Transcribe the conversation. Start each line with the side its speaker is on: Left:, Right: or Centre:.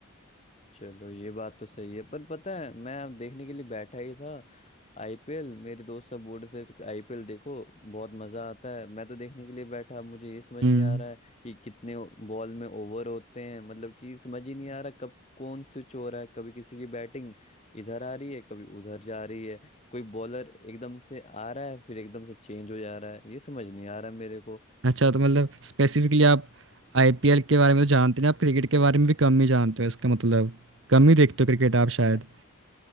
Left: चलो ये बात तो सही है पर पता है मैं देखने के लिए बैठा ही था आईपीएल मेरे दोस्त सब बोल रहे थे आईपीएल देखो बहुत मजा आता है मैं तो देखने के लिए बैठा मुझे ये समझ
Right: हम्म
Left: नहीं आ रहा है कि कितने बॉल में ओवर होते हैं मतलब कि समझ ही नहीं आ रहा कब कौन स्विच हो रहा है कभी किसी की बैटिंग इधर आ रही है कभी उधर जा रही है कोई बॉलर एकदम से आ रहा है फिर एकदम से चेंज हो जा रहा है ये समझ नहीं आ रहा मेरे
Right: अच्छा तो मतलब स्पेसिफिकली आप आईपीएल के बारे में तो जानते नहीं आप क्रिकेट के बारे में भी कम ही जानते हो इसका मतलब कम ही देखते हो क्रिकेट आप
Left: को
Right: शायद